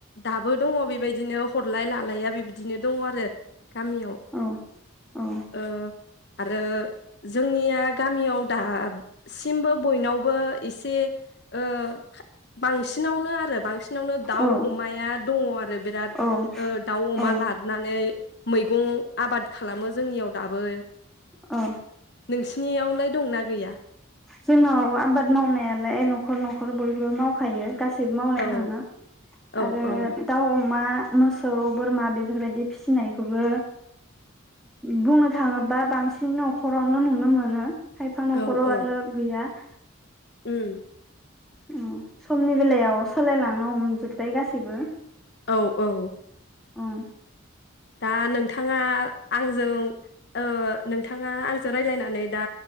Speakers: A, on the left (about 55°); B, in the centre.
A: दाबो दङ बेबायदिनो हरलाय लालाया बेबायदिनो दङ आरो । गामियाव
B: औ औ
A: ओ आरो जोंनिया गाम याव दा सिमबो बयनावबो एसे ओ बां सिनावनो आरो बांसिन बिसिनावनो दाउ
B: औ
A: अमाया दङ आरो बिराद
B: औ
A: ओ दाउ अमा
B: औ
A: लादनानै मैगं आबाद खालामो जोंनियाव दाबो ।
B: अ
A: नोंसिनियावलाय दंना गैया?
B: जोंनाव आबाद मावनायालाय न'खर न'खर बयबो मावखायो । गासैबो मावनो
A: औ
B: थाङो ।
A: औ
B: आरो
A: औ
B: दाउ अमा मोसौ बोरमा बेफोरबायदि फिसिनायखौबो बुंनो थाङोबा बांसिन न'खरावनो नुनो मोनो । खायफा न'खराव
A: औ
B: आरो
A: औ
B: गैया । <inaudible>
A: उम
B: ओम समनि बेलायाव सोलायलांनो हमजोबबाय गासैबो ।
A: औ औ
B: ओम
A: दा नोंथाङा आंजों ओ नों नोंथाङा आंजों रायज्लायनानै दा